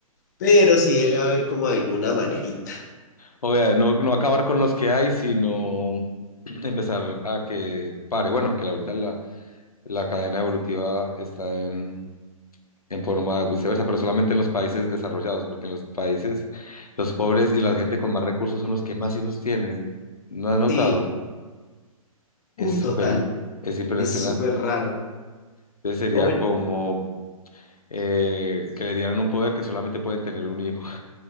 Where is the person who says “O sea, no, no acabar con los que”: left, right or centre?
Left